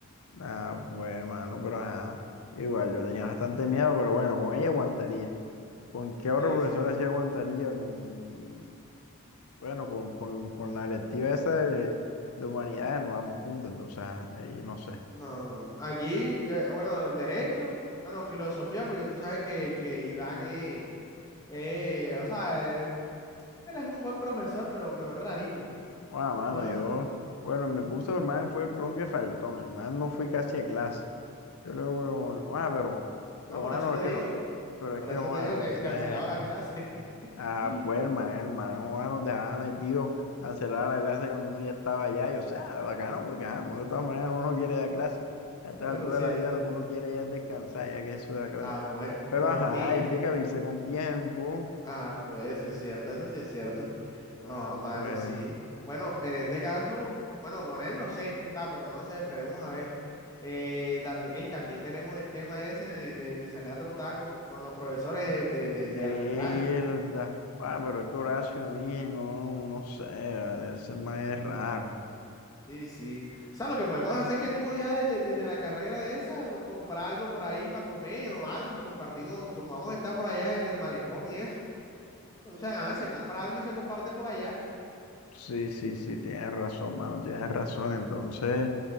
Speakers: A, on the left; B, on the left.
A: ah, pues, mano, pero ajá. Igual, yo tenía bastante miedo, pero bueno, con ella aguantaría. ¿Con qué otro
B: Sí,
A: profesor
B: sí.
A: así aguantaría? Con, bueno, con, con, con la electiva esa de, de humanidades nos vamos juntos, entonces, ajá, ahí no sé.
B: No, no. Aquí, yo- bueno, derecho, bueno, filosofía, porque tú sabes que, que Iván es, eh, o sea, eh, él es un buen profesor, pero, pero es rarito.
A: Ah, mano,
B: Entonces,
A: yo, bueno, en mi curso, hermano, fue ronque faltón, hermano, no fui casi a clase. Yo le digo, "Bueno, ah, pero, pero,
B: no, por
A: hermano,
B: eso te
A: es que
B: digo.
A: no, pero es
B: Por
A: que,
B: eso
A: Juan,
B: te digo
A: no
B: que
A: sé.
B: cancelaba la clase.
A: <laughs> Ah,
B: <laughs>
A: pues, hermano, hermano, Juan nos dejaba metido a cerrar la clase cuando uno ya estaba allá, y o sea, bacano, porque, ajá, uno de todas maneras uno no quiere dar clase. A esta
B: Bueno,
A: altura
B: sí,
A: de la
B: eso
A: vida
B: es cierto.
A: lo que uno quiere ya es descansar, ya que eso de la clase.
B: Ah, pues,
A: Pero,
B: dormí
A: ajá, hay
B: ya.
A: que avisar con tiempo.
B: Ah, pues, eso es cierto, eso sí es cierto. No,
A: Ajá,
B: mano,
A: pues.
B: sí. Bueno, en este caso, bueno, con él no sé, ah, pero no sé, esperemos a ver. Eh, también, ey, también tenemos el tema ese de, de- de salir a trotar con, con los profesores eh, de, de-
A: Mierda.
B: de arbitraje.
A: Ah, pero es que Horacio, ahí, no, no sé, vale, ese man es raro.
B: Sí, sí. O sea, lo que podemos hacer es que el mismo día desde desde la carrera esa, comprar algo por ahí para comer o algo y compartimos, como vamos a estar por allá en el malecón y eso. O sea, se compra algo y se comparte por allá.
A: Sí, sí, sí, tienes razón, mano, tienes razón. Entonces,